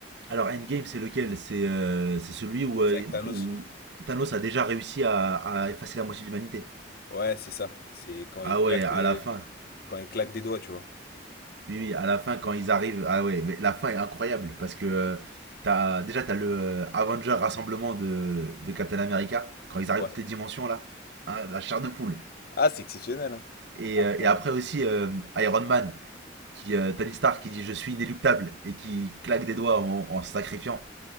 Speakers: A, on the right; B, on the left.
A: Alors, Endgame, c'est lequel C'est euh, c'est celui où, euh,
B: C'est avec Thanos
A: où Thanos a déjà réussi à, à effacer la moitié de l'humanité.
B: Ouais, c'est ça. C'est quand il
A: Ah
B: claque,
A: ouais, à
B: euh,
A: la fin.
B: quand il claque des doigts, tu vois.
A: Oui, oui, à la fin, quand ils arrivent. Ah ouais, mais la fin est incroyable. Parce que euh, t'as, déjà, t'as le euh, Avenger rassemblement de, de Captain America. Quand ils arrivent
B: Ouais.
A: toutes les dimensions, là. Hein, la chair de poule.
B: Ah, c'est exceptionnel. hein.
A: Et,
B: Après-
A: euh, et après aussi euh, Iron Man, qui, euh, Tony Stark qui dit je suis inéluctable et qui claque des doigts en, en se sacrifiant.